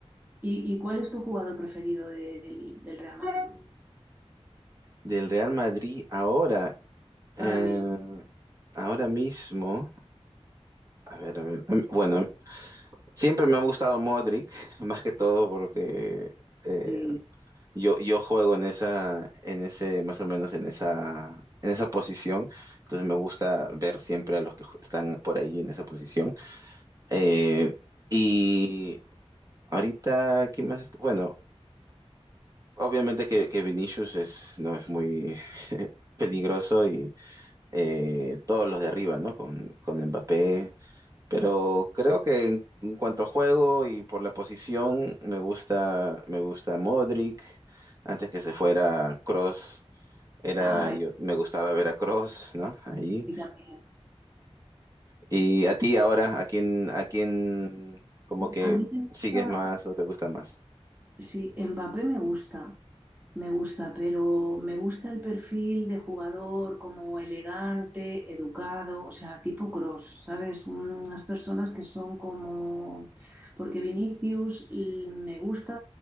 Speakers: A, on the right; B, on the right.
A: ¿Y, y cuál es tu jugador preferido del, del Real Madrid?
B: del Real Madrid ahora, eh,
A: Ahora mismo.
B: ahora mismo, a ver, a ver, bueno, siempre me ha gustado Modric, <laughs> más que todo porque... eh,
A: Sí.
B: Yo, yo juego en esa, en ese, más o menos en esa, en esa posición. Entonces me gusta ver siempre a los que ju- están por ahí en esa posición. Eh, y ahorita, ¿quién más está? Bueno, obviamente que, que Vinicius es, no es muy <laughs> peligroso y eh, todos los de arriba, ¿no? Con, con Mbappé. Pero creo que en, en cuanto a juego y por la posición, me gusta, me gusta Modric, antes que se fuera Cross Era,
A: Ay,
B: yo me gustaba Veracruz, ¿no? Ahí.
A: y también.
B: Y a ti ahora, ¿a quién, a quién como que
A: A mí me gusta,
B: sigues más o te gusta más?
A: Sí, Mbappé me gusta, me gusta, pero me gusta el perfil de jugador como elegante, educado, o sea, tipo Cross, ¿sabes? Unas personas que son como... Porque Vinicius l- me gusta